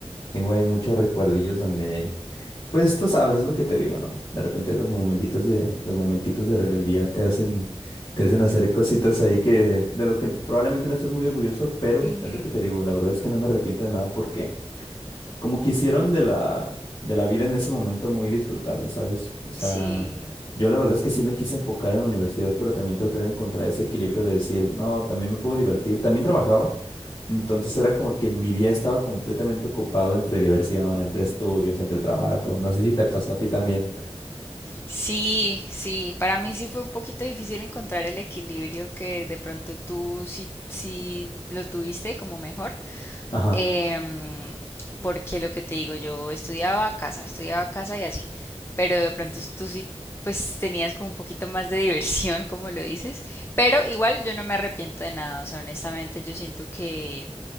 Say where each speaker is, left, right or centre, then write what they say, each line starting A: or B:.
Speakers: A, on the left; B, on the left.
A: Tengo ahí muchos recuerdillos donde, pues tú sabes, es lo que te digo, ¿no? De repente los momentitos de, los momentitos de rebeldía
B: Mm.
A: te hacen, te hacen hacer cositas ahí que de, lo que probablemente no estés muy orgulloso, pero
B: Ujú,
A: es lo que te digo, la verdad es que no me arrepiento de nada porque como que hicieron de la, de la vida en ese momento muy disfrutable, ¿sabes? O sea,
B: Sí.
A: yo la verdad es que sí me quise enfocar en la universidad, pero también traté de encontrar ese equilibrio de decir, no, también me puedo divertir, también trabajaba, entonces era como que mi día estaba completamente ocupado entre diversión, entre estudios, entre trabajo, no sé si te pasó a ti también.
B: Sí, sí, para mí sí fue un poquito difícil encontrar el equilibrio que de pronto tú sí, sí lo tuviste como mejor,
A: Ajá.
B: em, porque lo que te digo, yo estudiaba a casa, estudiaba a casa y así, pero de pronto tú sí pues tenías como un poquito más de diversión, como lo dices, pero igual yo no me arrepiento de nada, o sea, honestamente yo siento que